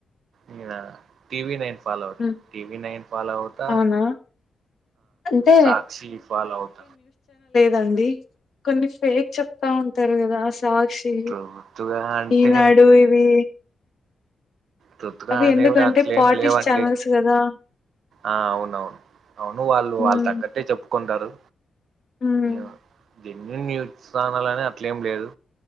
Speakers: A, on the right (about 75°); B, on the left (about 50°).
A: నేనా టి వి నైన్ ఫాలొ అవుతా
B: హ్మ్.
A: టి వి నైన్ ఫాలోవుత
B: అవునా? అంటే
A: సాక్షి ఫాలోత
B: రండి కొన్ని ఫేక్ చెప్తా ఉంటారు కదా సాక్షి
A: తొత్తుగా అంటే
B: ఈనాడు ఇవీ
A: తొత్తుగా
B: అవి
A: అనేవి
B: ఎందుకంటె
A: అట్లేం
B: పాటిష్
A: లేవండి
B: ఛానల్స్ కదా
A: ఆ అవునవును అవును వాళ్ళు
B: హ్మ్
A: వాళ్ళ తగ్గట్టే చెప్పుకుంటారు
B: హ్మ్
A: న్య ఎన్ని న్యూచ్ ఛానల్ అని అట్లేం లేదు